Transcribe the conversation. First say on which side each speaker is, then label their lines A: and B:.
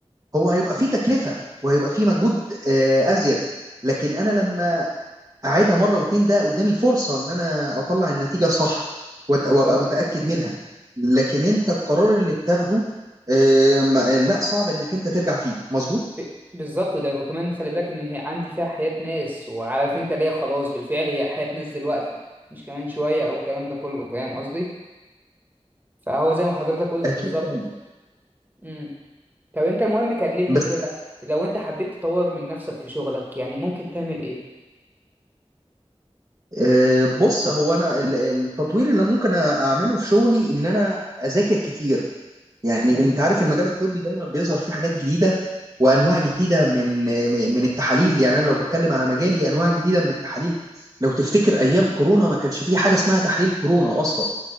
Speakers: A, on the right (about 35°); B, on the right (about 15°).
A: هو هيبقى في تكلفه وهيبقى في مجهود آه، ازيد لكن انا لما اعيدها مره واتنين ده قدامي فرصه ان انا اطلع النتيجه صح وأت-
B: بالظبط
A: وابقى متاكد منها لكن انت القرار اللي بتاخده آه، ما- لا صعب انك انت ترجع فيه مظبوط
B: ب- بالظبط ده وكمان خلي بالك ان هي عندي فيها حياة ناس وعارف انت ليا خلاص بالفعل هي حياة ناس دلوقتي مش كمان شوية او الكلام ده كله فاهم قصدي فهو زي ما حضرتك قلت
A: اكيد
B: بالظبط
A: فاهم
B: امم طب انت المهم كلمني
A: بس
B: كده لو انت حبيت تطور من نفسك في شغلك يعني ممكن تعمل ايه
A: آه، بص هو انا ال- التطوير اللي ممكن أ- اعمله في شغلي ان انا اذاكر كتير يعني
B: امم
A: انت عارف المجال الطبي دايما بيظهر فيه حاجات جديده وانواع جديده من م- من التحاليل يعني انا لو بتكلم على مجالي انواع جديده من التحاليل لو تفتكر ايام كورونا ما كانش فيه حاجه اسمها تحليل كورونا اصلا